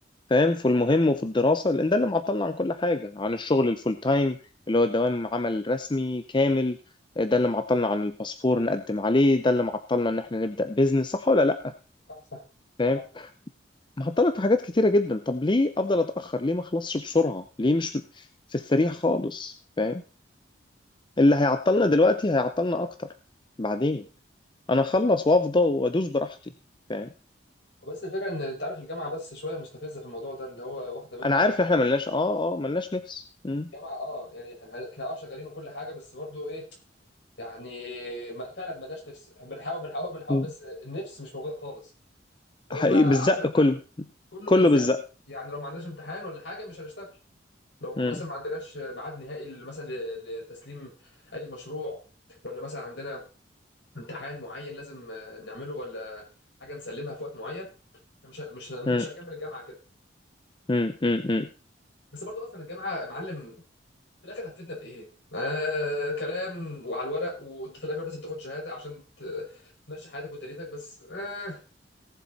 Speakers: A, on the left; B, on the left.
A: فاهم في المهم وفي الدراسة لأن ده اللي معطلنا عن كل حاجة عن الشغل الفول تايم اللي هو الدوام عمل رسمي كامل ده اللي معطلنا عن الباسبور نقدم عليه ده اللي معطلنا إن إحنا نبدأ بيزنس صح ولا لأ
B: صح صح
A: فاهم
B: صح
A: معطلك في حاجات كتيرة جدا طب ليه أفضل أتأخر ليه ما أخلصش بسرعة ليه مش في السريع خالص فاهم اللي هيعطلنا دلوقتي هيعطلنا أكتر بعدين انا اخلص وافضى وادوس براحتي فاهم
B: بس الفكره ان انت عارف الجامعه بس شويه مستفزه في الموضوع ده اللي هو واخده منك
A: انا عارف ان احنا ملناش اه اه ملناش نفس مم.
B: الجامعه اه يعني احنا احنا اه شغالين وكل حاجه بس برضو ايه يعني ما فعلا مالناش نفس بنحاول بنحاول بنحاول
A: مم.
B: بس النفس مش موجوده خالص فمهما
A: حقيقي بالزق
B: قعدنا نح-
A: كله
B: كله
A: كله
B: بيزق
A: بالزق
B: يعني لو ما عندناش امتحان ولا حاجه مش هنشتغل لو مثلا
A: مم.
B: ما عندناش ميعاد نهائي ل- مثلا ل- لتسليم اي مشروع ولا مثلا عندنا امتحان معين لازم آه، نعمله ولا حاجه نسلمها في وقت معين إحنا مش مش مش
A: مم.
B: هنكمل الجامعه كده
A: مم. مم. مم.
B: بس برضو اصلا الجامعه معلم في الاخر هتفيدنا بايه؟ آه كلام وعلى الورق وانت في الاخر بس بتاخد شهاده عشان ت- تمشي حياتك ودنيتك بس آه